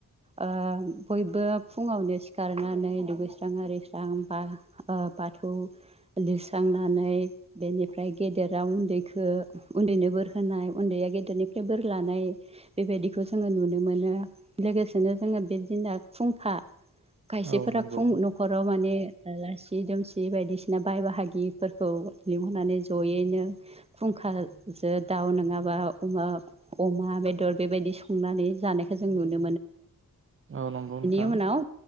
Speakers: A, on the right; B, on the right.
A: ओ बयबो फुङावनो सिखारनानै दुगैस्रां आरिस्रां बा ओ बाथौ लिरस्रांनानै बेनिफ्राय गेदेराव उन्दैखौ उन्दैनो बोरहोनाय उन्दै गनि ब ल बेबाय ज नुनो मोनो लोगोसेनो जोङो बेदिना खुंखा खायसेफोरा
B: औ नंगौ
A: फुं न'खराव माने आलासि दुमसि बायदिसिना बाय बाहागिफोरखौ लिंहरनानै जयैनो फुं अखाजो दाउ नङाबा अमा अमा बेदर बेबायदि संनानै जनोनि
B: औ नंगौ नोंथां
A: उाव